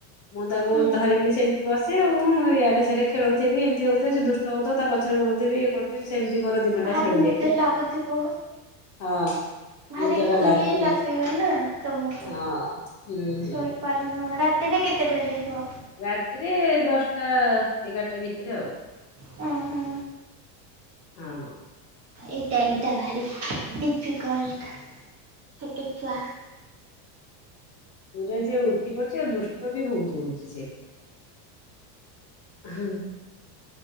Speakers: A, on the left; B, on the right.
A: ମୁଁ ତାକୁ
B: ହୁଁ
A: ଧରିକିରି ସେମିତି ବସେ ଆଉ ଆଡେ ସେ ଖେଳଉଥିବି ଏମିତି ହଉଥିବି ସେ ଦୁଷ୍ଟ ହଉଥିବ ତା ପଛରେ ଗୋଡ଼ଉଥିବି ଏ କରୁଥିବି ସେମିତି ମୋର ଦିନଟା
B: ଭାରି
A: ସରିଯାଏ।
B: ନିଦ ଲାଗୁଥିବ
A: ହଁ
B: ଭାରି
A: ନିଦଟା ଲାଗି
B: ଇଏ ଲାଗିବ ନା ତମକୁ
A: ହଁ ହୁଁ ହୁଁ।
B: ଶୋଇପାରୁନ ରାତିରେ କେତେଟାରେ ଶୁଅ
A: ରାତିରେ ଦଶଟା ଟା ଏଗାରଟା ଭିତରେ ଆଉ
B: ହୁଁ ହୁଁ।
A: ହଁ ହଁ।
B: ଏଇ ଟାଇମ୍ ଟା ଭାରି ବି ଡିଫିକଲଟ୍ ଛୋଟ ଛୁଆ
A: ପରେ ଯେ ଉଠି ପଡୁଛି ଆଉ ଦୁଷ୍ଟ ବି ବହୁତ ହଉଛି ସେ ହଁ।